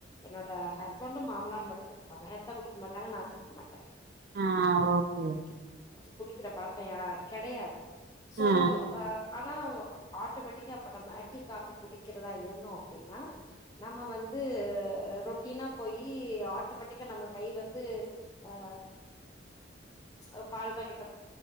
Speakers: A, on the left (about 20°); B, on the right (about 50°).
A: என்னோட ஹ ஹஸ்பண்டும் மாமனாரு மட்டும் குடிப்பாங்க எத்த குடிக்க மாட்டாங்க நா குடிக்க மாட்ட
B: ஆ ஓகே ஓகே
A: குடிக்கிற பழக்கோ யா கெடையாது சோ
B: ஆ
A: ஆனா ஆட்டோமேட்டிக்கா அப்ப நம்ம டீ காஃபி குடிக்கறதா இருந்தோ அப்டின்னா நம்ம வந்து அ ரொட்டீனா போயி ஆட்டோமேட்டிக்கா நம்ம கை வந்து ஆ அ பால் பாக்கெட்டு